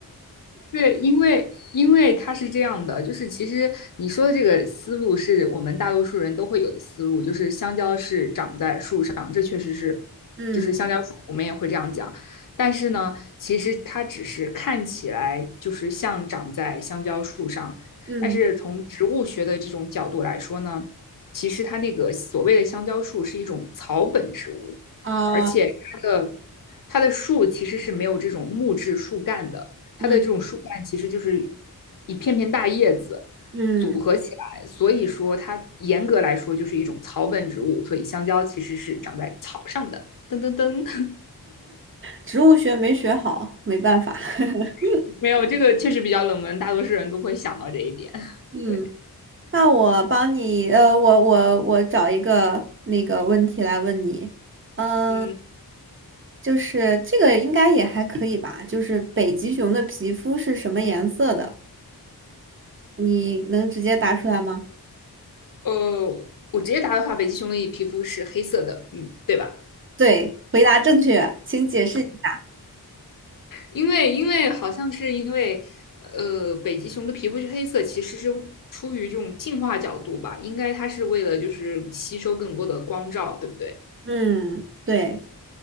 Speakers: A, on the left; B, on the right.
A: 对，因为因为它是这样的，就是其实你说的这个思路是我们大多数人都会有的思路，就是香蕉是长在树上，这确实是，
B: <laughs> 嗯。
A: 就是香蕉树，我们也会这样讲。但是呢，其实它只是看起来就是像长在香蕉树上，
B: 嗯
A: 但是从植物学的这种角度来说呢，其实它那个所谓的香蕉树是一种草本植物，
B: 啊，
A: 而且它的它的树其实是没有这种木质树干的。
B: 嗯
A: 它的这种树干其实就是一片片大叶子
B: 嗯，
A: 组合起来，所以说它严格来说就是一种草本植物，所以香蕉其实是长在草上的。噔噔噔，
B: 植物学没学好，没办法。<laughs>
A: <laughs> 没有这个确实比较冷门，大多数人都不会想到这一点。
B: 嗯，
A: 对，
B: 那我帮你，呃，我我我找一个那个问题来问你，嗯、
A: 嗯，
B: 就是这个应该也还可以吧？就是北极熊的皮肤是什么颜色的？你能直接答出来吗？
A: 呃，我直接答的话，北极熊的皮肤是黑色的，嗯，对吧？
B: 对，回答正确，请解释一下。
A: 因为因为好像是因为呃，北极熊的皮肤是黑色，其实是出于这种进化角度吧，应该它是为了就是吸收更多的光照，对不对？
B: 嗯，对。